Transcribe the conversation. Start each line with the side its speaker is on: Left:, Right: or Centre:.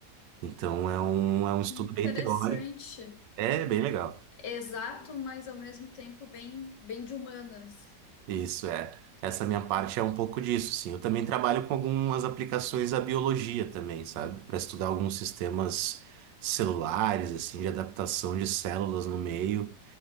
Right: Então é um, é um estudo
Left: Interessante.
Right: bem teórico, é bem legal.
Left: Exato, mas ao mesmo tempo bem, bem de humanas.
Right: Isso é. Essa minha parte é um pouco disso, sim. Eu também trabalho com algumas aplicações à biologia também, sabe? Para estudar alguns sistemas celulares, assim, de adaptação de células no meio.